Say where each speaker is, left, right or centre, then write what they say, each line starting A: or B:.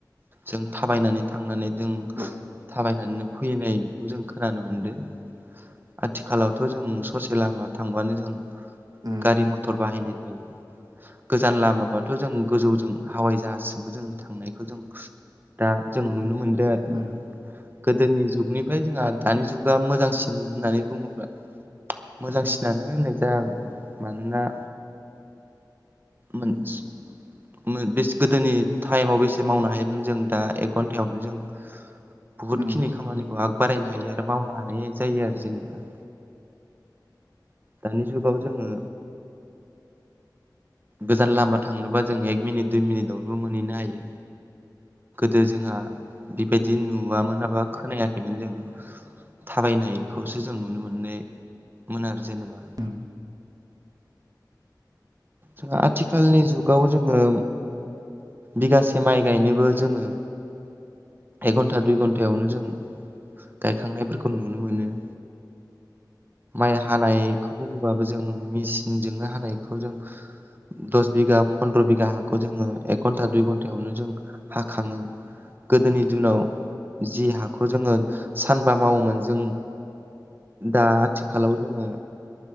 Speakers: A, on the right; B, on the right.
A: जों थाबायनानै थांनानै जों
B: औ
A: थाबायनानै फैनाय जों खोनानो मोनदो आथिखालावथ' जों ससे लामा थांबानो जों
B: उम
A: गारि मथर बाहायनाय जायो गोजान लामाबाथ' जों गोजौजों हावाय जाहाजजोंबो जों थांनायखौ जों दा जों नुनो मोनदो आरो
B: ओम
A: गोदोनि जुगनिफ्राय जोंहा दानि जुगा मोजांसिन होननानै बुङोब्ला मोजांसिनानो होननाय जागोन मानोना
B: <inaudible>
A: मोनस गोदोनि टाइमाव बेसे मावनो हायोमोन जों दा घन्टायावनो जों बुहुत
B: उम
A: खिनि खामानिखौ बारायनो हायो आरो मावनो हानाय जायो आरो जेनेबा दानि जुगाव जोङो गोजान लामा थांनोबा जों एक मिनिट दुइ मिनिटआवबो मोनहैनो हायो। दो जोंहा बेबायदि नुवामोना एबा खोनायाखैमोन जों थाबायनायखौसो जों नुनो मोननो मोनो आरो जेनेबा
B: उम
A: जोंहा आथिखालनि जुगाव जोङो बिगासे माइ गायनोबो जोङो एक घन्टा दुइ घन्टायावनो जों गायखांनायफोरखौ नुनो मोनो माइ हानायखौ बुङोब्ला जों मेसिनजोंनो हानायखौ जों दस बिघा फन्द्र' बिगा हाखौ जोङो एक घन्टा दुइ घन्टायावनो जों हाखाङो गोदोनि दिनाव जि हाखौ जोङो सानबा मावोमोन जों दा आथिखालाव जोङो